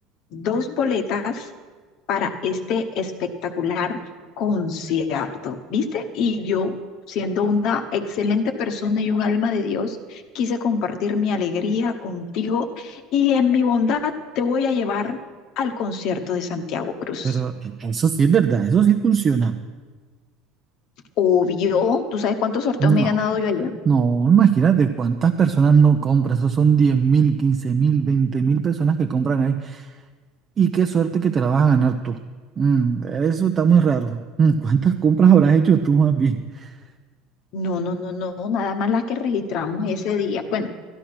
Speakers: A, on the left; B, on the right.
A: dos boletas para este espectacular concierto, ¿viste? Y yo, siendo una excelente persona y un alma de Dios, quise compartir mi alegría contigo y en mi bondad te voy a llevar al concierto de Santiago Cruz.
B: Pero eso sí es verdad, eso sí funciona.
A: Obvio, ¿tú sabes cuántos sorteos
B: No,
A: me he ganado yo allá?
B: no, imagínate cuántas personas no compran, eso son diez mil, quince mil, veinte mil personas que compran ahí y qué suerte que te la vas a ganar tú. Mm, eso está muy raro. Mm, ¿cuántas compras habrás hecho tú más bien? <laughs>
A: No, no, no, no, nada más las que registramos ese día. Bueno,